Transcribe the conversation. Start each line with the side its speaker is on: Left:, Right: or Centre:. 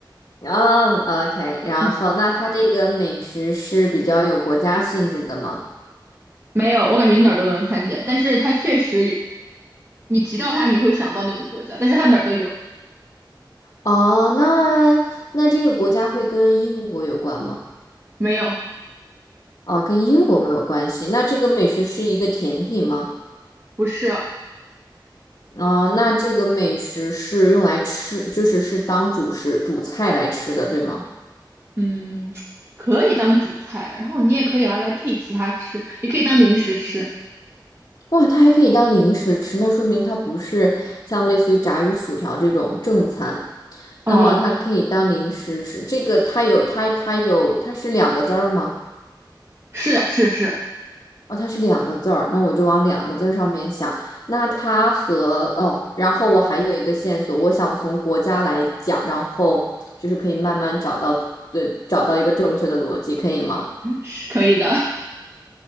Left: 嗯，OK，
Right: 呃
Left: 然后那它这个美食是比较有国家性质的吗？
Right: 没有，我感觉你哪儿都能看见，但是它确实，你提到它你会想到那个国家，但是它哪儿都有。
Left: 哦，那那这个国家会跟英国有关吗？
Right: 没有，
Left: 哦，跟英国没有关系。那这个美食是一个甜品吗？
Right: 不是，
Left: 哦，那这个美食是用来吃，就是是当主食、主菜来吃的，对吗？
Right: 嗯，可以当主菜，然后你也可以拿来配其他吃，也可以当零食吃。
Left: 哇，它还可以当零食吃，那说明它不是像类似于炸鱼薯条这种正餐，
Right: 哦，
Left: 那么它可以当零食吃。这个它有它它有它是两个字儿吗？
Right: 是啊是是，
Left: 哦，它是两个字儿，那我就往两个字儿上面想。那它和哦，然后我还有一个线索，我想从国家来讲，然后就是可以慢慢找到，对，找到一个正确的逻辑，可以吗？
Right: 是可以的。